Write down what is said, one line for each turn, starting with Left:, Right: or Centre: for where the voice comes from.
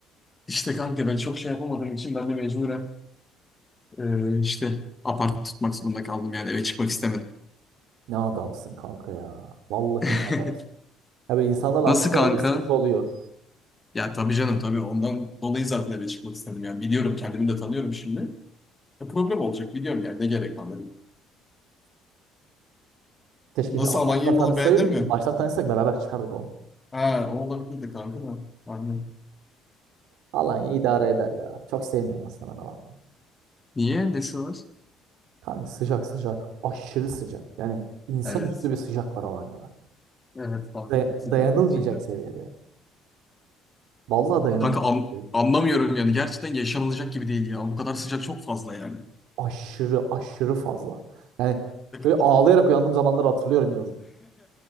Left: İşte kanka ben çok şey yapamadığım için ben de mecburen e, işte apart tutmak zorunda kaldım yani eve çıkmak istemedim.
Right: Ne adamsın kanka ya. Vallahi
Left: <laughs>
Right: ne adam. Ya böyle insanlarla
Left: Nasıl
Right: anlaşamayınca
Left: kanka?
Right: sıkıntı oluyor.
Left: Ya tabii canım tabii ondan dolayı zaten eve çıkmak istedim yani biliyorum kendimi de tanıyorum şimdi. E, problem olacak biliyorum yani ne gerek var dedim.
Right: Keşke
Left: Nasıl
Right: şey-
Left: Alanya'yı
Right: baştan tanışsaydık.
Left: falan beğendin mi?
Right: Baştan tanışsak beraber çıkardık onu.
Left: Ha, o olabilirdi kanka da. Aynen.
Right: Alanya idare eder ya. Çok sevmiyorum aslında ben Alanya'yı.
Left: Niye? Nesi var?
Right: Kanka sıcak sıcak. Aşırı sıcak. Yani insanüstü
Left: Evet.
Right: bir sıcak var Alanya'da.
Left: Evet kanka
Right: Day-
Left: çok sıcak
Right: dayanılmayacak
Left: gerçekten.
Right: seviyede. Vallahi dayanılmayacak
Left: Kanka an-
Right: seviyede.
Left: anlamıyorum yani. Gerçekten yaşanılacak gibi değil ya. Bu kadar sıcak çok fazla yani.
Right: Aşırı aşırı fazla. Yani
Left: <laughs>
Right: böyle ağlayarak uyandığım zamanları hatırlıyorum yazın.